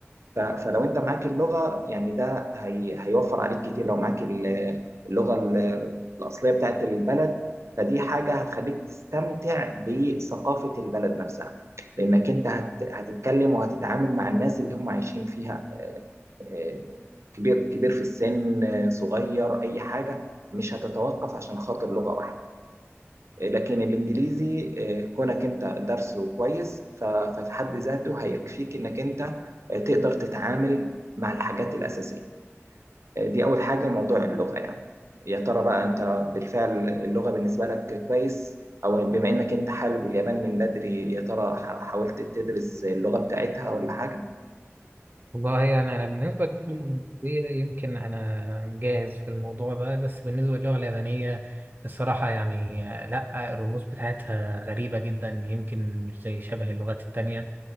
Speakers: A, on the right; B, on the right.
A: ف- فلو انت معاك اللغه يعني ده هي هيوفر عليك كتير لو معاك ال- اللغه ال- الاصليه بتاعت البلد فدي حاجه هتخليك تستمتع بثقافه البلد نفسها لانك انت هت- هتتكلم وهتتعامل مع الناس اللي هم عايشين فيها آه، آه، كبير كبير في السن آه، صغير اي حاجه مش هتتوقف عشان خاطر لغه واحده إيه، لكن الانجليزي آه، كونك انت درسه كويس ف- ففي حد ذاته هيكفيك انك انت آه، تقدر تتعامل مع الحاجات الاساسيه آه، دي اول حاجه موضوع اللغه يعني يا ترى بقى انت بالفعل اللغه بالنسبه لك كويس او بما انك انت حابب اليابان من بدري يا ترى ح- حاولت تدرس اللغه بتاعتها ولا حاجه
B: والله يعني أنا بالنسبة للغة الإنجليزية يمكن أنا جاهز في الموضوع ده بس بالنسبة للغة اليابانية الصراحة يعني آه، لأ الرموز بتاعتها غريبة جدا يمكن مش زي شبه اللغات التانية